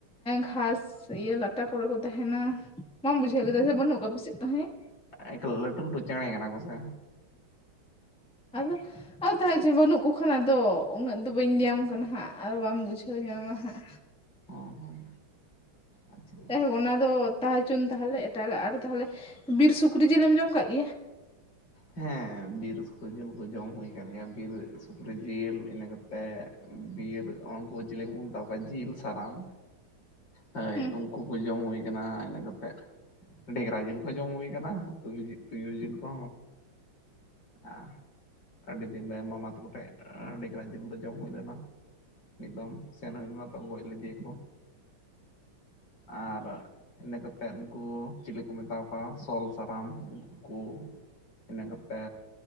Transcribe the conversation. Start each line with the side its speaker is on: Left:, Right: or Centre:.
Centre: ᱜᱷᱟᱥ ᱥᱮ ᱤᱭᱟᱹ ᱞᱟᱴᱟ ᱠᱚᱨᱮ ᱠᱚ ᱛᱟᱦᱮᱱᱟ ᱵᱟᱢ ᱵᱩᱡᱷᱟᱹᱣ ᱞᱮᱫᱟ ᱥᱮ ᱵᱟᱹᱱᱩᱜ ᱠᱚᱣᱟ ᱟᱯᱮ ᱥᱮᱫ ᱛᱟᱦᱮᱸᱫ
Left: ᱮᱠ ᱞᱟᱹᱴᱩ ᱞᱟᱹᱴᱩ ᱪᱮᱬᱮ ᱠᱟᱱᱟ ᱠᱚᱥᱮ
Centre: ᱟᱫᱚ ᱟᱫᱚ ᱛᱟᱦᱪᱚ ᱵᱟᱹᱱᱩᱜ ᱠᱚ ᱠᱷᱟᱱ ᱟᱫᱚ ᱩᱱᱟᱹᱜ ᱫᱚ ᱵᱟᱹᱧ ᱧᱟᱢ ᱠᱟᱱᱟ ᱦᱟᱸᱜ ᱟᱨ ᱵᱟᱢ ᱵᱩᱡᱷᱟᱹᱣ ᱧᱟᱢᱟ ᱦᱟᱸᱜ
Left: ᱚ ᱦᱚᱸ ᱟᱪᱪᱷᱟ
Centre: ᱡᱟᱭᱦᱚᱠ ᱚᱱᱟ ᱫᱚ ᱛᱟᱦᱮᱸ ᱦᱚᱪᱚᱱ ᱛᱟᱦᱚᱞᱮ ᱮᱴᱟᱜᱟᱜ ᱟᱨ ᱛᱟᱦᱞᱮ ᱵᱤᱨ ᱥᱩᱠᱨᱤ ᱡᱤᱞᱮᱢ ᱡᱚᱢ ᱠᱟᱜ ᱜᱮᱭᱟ
Left: ᱦᱮᱸ ᱵᱤᱨ ᱥᱩᱠᱨᱤ ᱡᱤᱞ ᱠᱚ ᱡᱚᱢ ᱦᱩᱭ ᱠᱟᱱᱟᱱ ᱜᱮᱭᱟ ᱵᱤᱨ ᱥᱩᱠᱨᱤ ᱡᱤᱞ ᱤᱱᱟᱹ ᱠᱟᱛᱮᱫ ᱵᱤᱨ ᱩᱱᱠᱩ ᱪᱤᱞᱤ ᱠᱚᱵᱚᱱ ᱢᱮᱛᱟᱣ ᱠᱚᱣᱟ ᱡᱤᱞ ᱥᱟᱨᱟᱢ ᱦᱚᱭ
Centre: ᱦᱩᱸ
Left: ᱩᱱ ᱦᱟᱹᱠᱩ ᱠᱚ ᱡᱚᱢ ᱦᱩᱭ ᱟᱠᱟᱱᱟ ᱤᱱᱟᱹ ᱠᱟᱛᱮᱫ ᱰᱮᱜᱽᱨᱟ ᱡᱤᱞ ᱠᱚ ᱡᱚᱢ ᱦᱩᱭ ᱟᱠᱟᱱᱟ ᱛᱩᱭᱩ ᱡᱤᱞ ᱠᱚ ᱠᱚ ᱟ ᱟᱹᱰᱤ ᱫᱤᱱ ᱢᱟᱢᱟ ᱛᱟᱠᱚ ᱴᱷᱮᱱ ᱟᱹᱰᱤ ᱰᱟᱝᱨᱟ ᱡᱤᱞ ᱫᱚ ᱡᱚᱢ ᱦᱩᱭ ᱞᱮᱱᱟ᱾ ᱢᱤᱫ ᱫᱚᱢ ᱥᱮᱱᱚᱜ ᱦᱩᱭ ᱛᱚ ᱜᱚᱡ ᱞᱮᱫᱮᱭᱟ ᱠᱚ ᱟᱨ ᱤᱱᱟᱹ ᱠᱟᱛᱮᱫ ᱩᱱᱠᱩ ᱪᱤᱞᱤ ᱠᱚ ᱢᱮᱛᱟ ᱠᱚᱣᱟ ᱥᱚᱞ ᱥᱟᱨᱟᱢ ᱩᱱᱠᱩ ᱠᱚ ᱤᱱᱟ ᱜᱟᱯᱮ